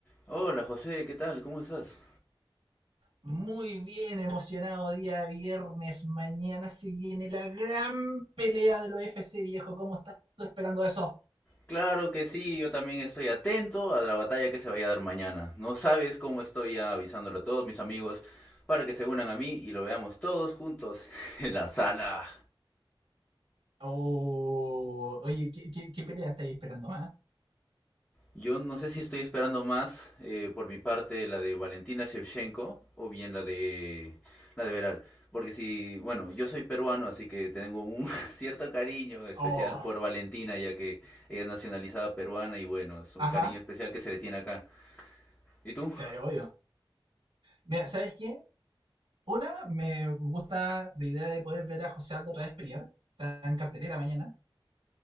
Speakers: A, on the left; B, on the right.
A: Hola José, ¿qué tal? ¿Cómo estás?
B: Muy bien, emocionado día viernes. Mañana se viene la gran pelea del UFC, viejo. ¿Cómo estás tú esperando eso?
A: Claro que sí, yo también estoy atento a la batalla que se vaya a dar mañana. No sabes cómo estoy ya avisándole a todos mis amigos para que se unan a mí y lo veamos todos juntos <laughs> en la sala.
B: Oh, oye, ¿qué, qué, qué pelea estáis esperando, ah?
A: Yo no sé si estoy esperando más eh, por mi parte la de Valentina Shevchenko o bien la de la de Veral, porque si, bueno, yo soy peruano, así que tengo un <laughs> cierto cariño especial
B: Oh,
A: por Valentina, ya que ella es nacionalizada peruana y bueno, es un
B: ajá,
A: cariño especial que se le tiene acá. ¿Y tú?
B: sí, obvio. Mira, ¿sabes qué? Una, me gusta la idea de poder ver a José Aldo otra vez pelear. Está en cartelera mañana.